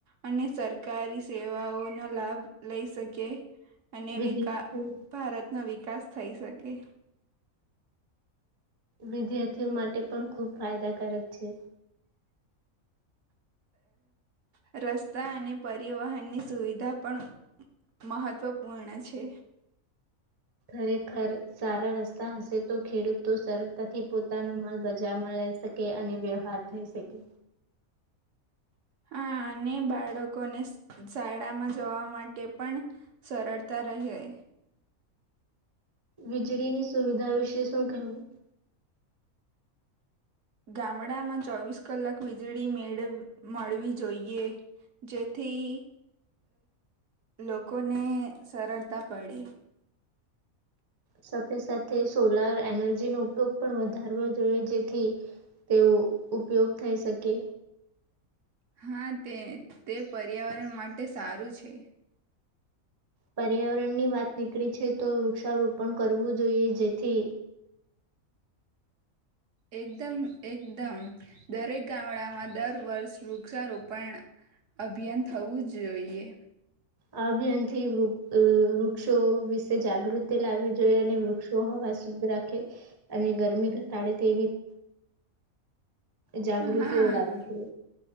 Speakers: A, on the right; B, on the right.
A: અને સરકારી સેવાઓનો લાભ લઈ શકે. અને
B: વિદ્યાર્થી
A: વિકાસ ભારતનો વિકાસ થઈ શકે.
B: વિદ્યાર્થીઓ માટે પણ ખૂબ ફાયદાકારક છે.
A: અ રસ્તા અને પરિવહનની સુવિધા પણ મહત્વપૂર્ણ છે.
B: ખરેખર સારા રસ્તા હશે તો ખેડૂતો સરળતાથી પોતાનો માલ બજારમાં લઈ શકે અને વ્યવહાર થઈ શકે.
A: હા અને બાળકોને શઝાયડાામાં જોવા માટે પણ સરળતા રહી.
B: વીજળીની સુવિધા વિશે શું કહેવું?
A: ગામડામાં ચોવીસ કલાક વીજળી મેળ મળવી જોઈએ જેથી લોકોને સરળતા પડે.
B: સાથે સાથે સોલાર એનર્જીનો ઉપયોગ પણ વધારવો જોઈએ જેથી તેઓ ઉપયોગ થઈ શકે.
A: હા તે તે પર્યાવરણ માટે સારું છે.
B: પર્યાવરણ ની વાત નીકળી છે તો વૃક્ષારોપણ કરવું જોઈએ જેથી
A: એકદમ એકદમ દરેક ગામડામાં દર વર્ષ વૃક્ષારોપણ અભિયાન થવું જ જોઈએ.
B: આ બ અથી પક્ષો વિશે જાગૃત તે લાવવી જોઈએ અને વૃક્ષો હવા શુદ્ધ રાખે અને ગરમી ઘટાડે તેવી જાગૃતિઓ
A: હા
B: લાવી છેઈ.